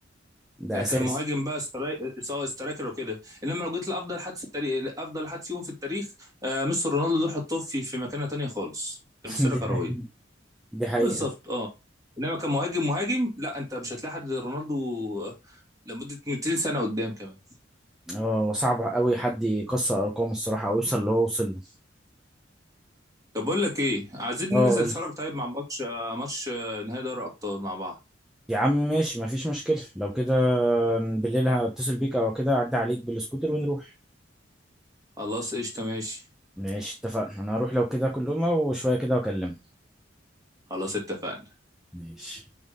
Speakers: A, in the centre; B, on the right.
A: ده
B: ك-
A: اساسي
B: كمهاجم بقى استراي... سواء سترايكر وكده انما لو جيت لافضل حد في التاريخ افضل حد فيهم في التاريخ آه ميسي رونالدو دول حطوه في في مكانه تانية خالص
A: <laughs>
B: كمسيره
A: دي
B: كرويه
A: حقيقة دي حقيقة
B: بالظبط اه انما كمهاجم مهاجم لا انت مش هتلاقي حد زي رونالدو آه، لمده 200 سنه قدام كمان
A: اه وصعب قوي حد يكسر ارقامه الصراحه او يوصل اللي هو وصل له
B: طب بقول لك ايه عايزين
A: اه
B: ننزل
A: قول
B: نتفرج
A: وصل لي.
B: طيب مع ماتش آه ماتش آه نهائي دوري ابطال مع بعض
A: يا عم ماشي مفيش مشكله لو كده بالليل هتصل بيك او كده اعدي عليك بالسكوتر ونروح
B: خلاص قشطه ماشي
A: ماشي اتفقنا انا هروح لو كده كلهم وشويه كده واكلمك
B: خلاص اتفقنا
A: ماشي